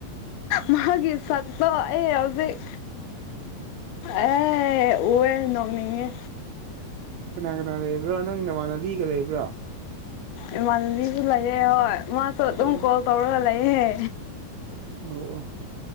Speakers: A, on the left; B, on the right.
A: ꯃꯥꯒꯤ ꯁꯛꯇꯣ ꯑꯩ ꯍꯧꯖꯤꯛ ꯑꯦ ꯎꯋꯦ ꯅꯣꯛꯅꯤꯡꯉꯦ
B: ꯀꯅꯥ ꯀꯅꯥ ꯂꯩꯕ꯭ꯔꯣ ꯅꯪ ꯅꯃꯥꯟꯅꯕꯤꯒ ꯂꯩꯕ꯭ꯔꯣ
A: ꯏꯃꯥꯟꯅꯕꯤꯁꯨ ꯂꯩꯌꯦ ꯍꯣꯏ ꯃꯥꯁꯨ ꯑꯗꯨꯝ
B: ꯑꯣ
A: ꯀꯣꯜ ꯇꯧꯔꯒ ꯂꯩꯌꯦ
B: ꯑꯣ ꯑꯣ